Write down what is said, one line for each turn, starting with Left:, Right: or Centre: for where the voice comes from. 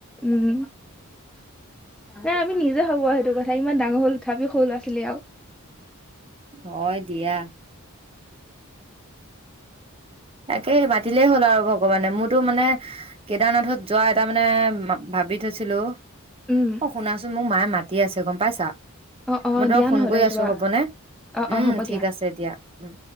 Centre: উম নাই আমি নিজে ভাবো আও সেইটো কথা ইমান ডাঙৰ হ'ল তথাপি সৰু ল'ৰা ছোৱালী আও
Right: হয় দিয়া তাকে মাতিলেই হ'ল আৰু ভগৱানে মোৰ টো মানে কেদাৰনাথত যোৱা এটা মানে ভাবি থৈছিলো
Centre: উম
Right: অ শুনাচোন মোক মায়ে মাতি আছে গম পাইছা
Centre: অ অ
Right: মই তোমাক
Centre: দিয়া
Right: ফোন
Centre: নহ'লে
Right: কৰি আছো
Centre: যোৱা
Right: হ'বনে
Centre: অ
Right: উম
Centre: অ হ'ব
Right: ঠিক
Centre: দিয়া
Right: আছে এতিয়া উম